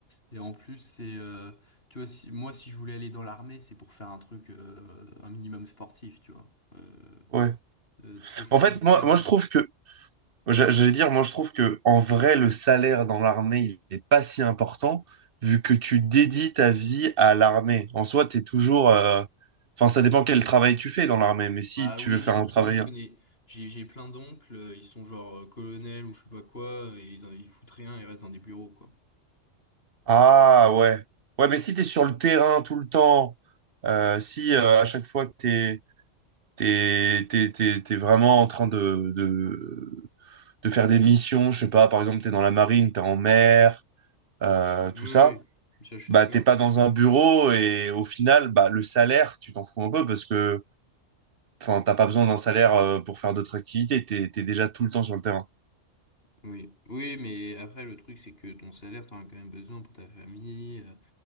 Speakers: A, on the left; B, on the right.
A: Et en plus, c'est, euh, tu vois, si, moi, si je voulais aller dans l'armée, c'est pour faire un truc, euh, un minimum sportif, tu vois. Euh,
B: Ouais.
A: euh, de profiter
B: En fait,
A: du
B: moi,
A: terrain.
B: moi, je trouve que Je, je vais dire, moi, je trouve que en vrai, le salaire dans l'armée, il n'est pas si important vu que tu dédies ta vie à l'armée. En soi, tu es toujours. euh, Enfin, ça dépend quel travail tu fais dans l'armée, mais si
A: Bah
B: tu
A: oui
B: veux
A: et
B: faire
A: non,
B: un
A: parce
B: travail.
A: que moi je connais, j'ai j'ai plein d'oncles, euh, ils sont genre euh, colonels ou je sais pas quoi, et ils, ils foutent rien, ils restent dans des bureaux quoi.
B: Ah ouais. Ouais, mais si tu es sur le terrain tout le temps, euh, si euh, à chaque fois que t'es, t'es, t'es, t'es, t'es vraiment en train de, de, de faire des missions, je sais pas, par exemple, t'es dans la marine, t'es en mer, euh,
A: Oui,
B: tout ça.
A: oui, ça je suis
B: bah,
A: d'accord.
B: t'es pas dans un bureau et au final, bah, le salaire, tu t'en fous un peu parce que enfin, t'as pas besoin d'un salaire euh, pour faire d'autres activités, t'es, t'es déjà tout le temps sur le terrain.
A: Oui, oui, mais après le truc c'est que ton salaire t'en as quand même besoin pour ta famille, euh,